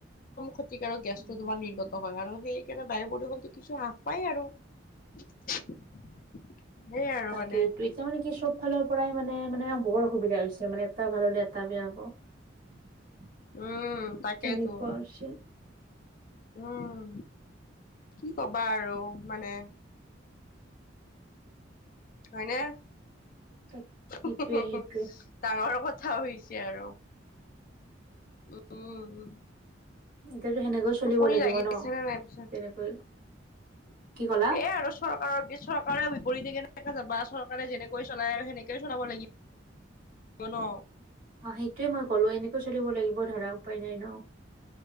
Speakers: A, on the left; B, on the right.
A: ক্ষতিকাৰক গেছটো
B: উম,
A: তোমাৰ নিৰ্গত
B: উম,
A: হয় আৰু সেইকাৰণে বায়ু প্ৰদূষণতো কিছু হ্ৰাস পায় আৰু। <inaudible> আৰু
B: তাকেটো
A: মানে
B: এইটো এতিয়া মানে কি চব ফালৰ পৰাই মানে, মানে বৰ অসুবিধা হৈছে মানে এটা ভাল হ'লে এটা বেয়া হ'ব। <inaudible>
A: উম তাকেইেতো।
B: তেনেকুৱা হৈছে
A: উম কি কবা আৰু মানে। হয়নে।
B: <inaudible>
A: <unintelligible>
B: সেইটোয়ে
A: ডাঙৰ কথা হৈছে আৰু উ উম উ।
B: এতিয়াতো সেনেকৈ চলিব
A: টোপনি
B: লাগিব
A: লাগিছে ন নাই পিছত
B: তেনেকৈ কি ক'লা?
A: এ আৰু চৰকাৰক চৰকাৰে বিপৰীতে কেনে যাবা চৰকাৰে যেনেকৈ চলাই আৰু সেনেকে চলাব লাগিব। কোনো।
B: অ', সেইটোয়ে মই ক'লো এনেকৈ চলিব লাগিব ধৰা উপায় নাই ন।